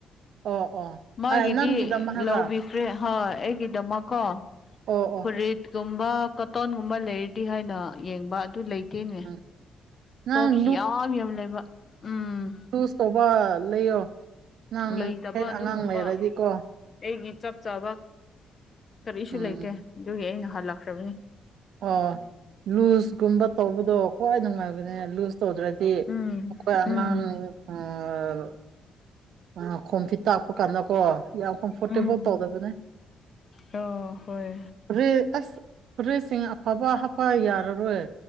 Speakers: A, on the right; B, on the left.
A: ꯑꯣ ꯑꯣ
B: ꯃꯥꯒꯤꯗꯤ
A: ꯑꯦ ꯅꯪꯒꯤꯗꯃꯛ ꯍꯥꯏꯕ꯭ꯔꯥ
B: ꯂꯧꯕꯤꯈ꯭ꯔꯦ ꯍꯣꯏ ꯑꯩꯒꯤꯗꯃꯛꯀꯣ
A: ꯑꯣ ꯑꯣ
B: ꯐꯨꯔꯤꯠ ꯒꯨꯝꯕ ꯀꯇꯣꯟꯒꯨꯝꯕ ꯂꯩꯔꯗꯤ ꯍꯥꯏꯅ ꯌꯦꯡꯕ ꯑꯗꯨ ꯂꯩ ꯇꯦꯅꯦ
A: ꯎꯝ ꯅꯪ
B: ꯇꯣꯞꯁ ꯌꯥꯝ ꯌꯥꯝ ꯂꯩꯕ ꯎꯝ
A: ꯆꯨꯁ ꯇꯧꯕ ꯂꯩꯌꯣ ꯅꯡ
B: ꯂꯩꯇꯕ
A: ꯍꯦꯛ
B: ꯑꯗꯨꯒꯨꯝꯕ
A: ꯑꯉꯥꯡ ꯂꯩꯔꯗꯤꯀꯣ
B: ꯑꯩꯒꯤ ꯆꯞ ꯆꯥꯕ ꯀꯔꯤꯁꯨ
A: ꯎꯝ
B: ꯂꯩꯇꯦ ꯑꯗꯨꯒꯤ ꯑꯩꯅ ꯍꯜꯂꯛꯈ꯭ꯔꯕꯅꯤ
A: ꯑꯣ ꯂꯨꯖꯀꯨꯝꯕ ꯇꯧꯕꯗꯣ ꯈ꯭ꯋꯥꯏ ꯅꯨꯡꯉꯥꯏꯕꯅꯦ ꯂꯨꯖ ꯇꯧꯗ꯭ꯔꯗꯤ
B: ꯎꯝ
A: ꯑꯈꯣꯏ ꯑꯉꯥꯡ
B: ꯎꯝ
A: ꯑꯥ ꯑ ꯈꯣꯝꯄꯤ ꯊꯛꯄ ꯀꯥꯟꯗꯀꯣ ꯌꯥꯝ ꯀꯝꯐꯣꯔꯇꯦꯕꯜ
B: ꯎꯝ
A: ꯇꯧꯗꯕꯅꯦ
B: ꯑꯣ ꯍꯣꯏ
A: ꯐꯨꯔꯤꯠ ꯑꯁ ꯐꯔꯤꯁꯤꯡ ꯑꯐꯕ ꯍꯥꯞꯄ ꯌꯥꯔꯔꯣꯏ